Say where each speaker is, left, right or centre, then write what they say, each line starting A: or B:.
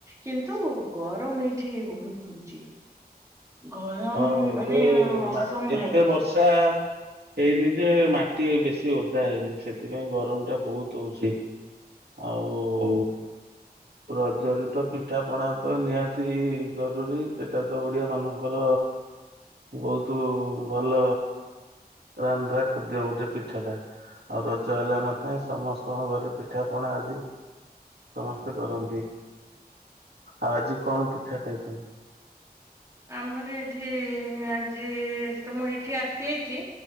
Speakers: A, on the right; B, on the right.
A: କିନ୍ତୁ ଗରମ ଏଇଠି ବହୁତ ହଉଛି ଗରମ
B: ହଁ ଏବେ
A: ମାନେ ଅସମ୍ଭାଳ।
B: ମାଟେ ଏତେ ବର୍ଷା ହେଇନି ଯେ ମାଟି ବେଶୀ ଓଦା ହେଇନି ସେଥିପାଇଁ ଗରମ ଟା ବହୁତ ହଉଛି ଆଉ ରଜରେ ତ ପିଠା ପଣା ତ ନିହାତି ଜରୁରୀ ସେଇଟା ତ ଓଡିଆ ମାନଙ୍କର ବହୁତ ଭଲ ରାନ୍ଧା ଖାଦ୍ୟ ଗୋଟେ ପିଠାଟା ଆଉ ରଜ ହେଲା ମାତେ ସମସ୍ତଙ୍କ ଘରେ ପିଠା ପଣା ଆଦି ସମସ୍ତ କରନ୍ତି ଆଉ ଆଜି କଣ ପିଠା ଖାଇଛନ୍ତି
A: ଆମର ଏଇଠି ଯେ ତ ମୁଁ ଏଇଠି ଆସିଯାଇଛି